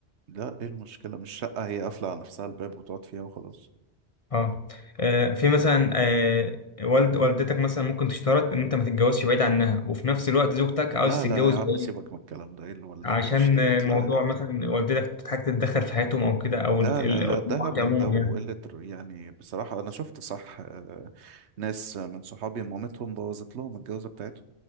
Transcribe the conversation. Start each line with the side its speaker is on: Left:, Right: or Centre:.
Right: لا ايه المشكله مش شقه هي قافله على نفسها الباب وتقعد فيها وخلاص
Left: اه آه، في مثلا آه، والد والدتك مثلا ممكن تشترط ان انت ما تتجوزش بعيد عنها وفي نفس الوقت زوجتك عاوز
Right: لا
Left: تتجوز
Right: لا يا عم
Left: بعيد
Right: سيبك من الكلام ده ايه اللي والدتي
Left: عشان
Right: اشترت
Left: آه، موضوع
Right: لا يا عم
Left: مثلا والدتك تحتاج تتدخل في حياتهم او كده او
Right: لا
Left: ال-
Right: لا
Left: ال-
Right: لا
Left: أو الامهات
Right: ده هبل
Left: عموما
Right: ده وقلة
Left: يعني
Right: رو- يعني بصراحة أنا شفت صح آه، ناس من صحابي مامتهم بوظت لهم الجوازة بتاعتهم